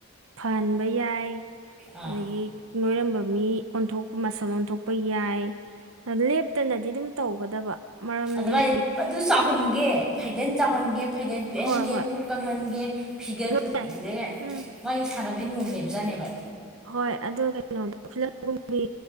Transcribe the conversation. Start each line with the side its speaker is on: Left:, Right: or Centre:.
Right: ꯐꯍꯟꯕ ꯌꯥꯏ
Centre: ꯑꯥ
Right: ꯑꯗꯒꯤ ꯅꯣꯏꯔꯝꯕ ꯃꯤ ꯑꯣꯟꯊꯣꯛꯄ ꯃꯁꯜ ꯑꯣꯟꯊꯣꯛꯄ ꯌꯥꯏ ꯂꯦꯞꯇꯅꯗꯤ ꯑꯗꯨꯝ ꯇꯧꯒꯗꯕ ꯃꯔꯝꯗꯤ
Centre: ꯑꯗꯨꯃꯥꯏꯗꯤ ꯑꯗꯨ ꯆꯥꯎꯍꯟꯒꯦ ꯐꯩꯒꯟ ꯆꯥꯎꯍꯟꯒꯦ ꯐꯩꯒꯜ ꯄꯤꯛꯍꯟꯒꯦ
Right: ꯍꯣꯏ ꯍꯣꯏ
Centre: ꯄꯨꯛ ꯀꯪꯍꯟꯒꯦ ꯐꯤꯒꯔꯗꯨ
Right: ꯂꯣꯏ
Centre: ꯗꯦ
Right: ꯎꯝ
Centre: ꯃꯥꯒꯤ ꯁꯥꯟꯅ ꯕꯩ ꯅꯤꯌꯣꯝ ꯂꯩꯕꯖꯥꯠꯅꯦꯕ
Right: ꯍꯣꯏ ꯑꯗꯨ ꯀꯩꯅꯣꯗꯣ ꯐꯤꯂꯝ ꯀꯨꯝꯕꯤ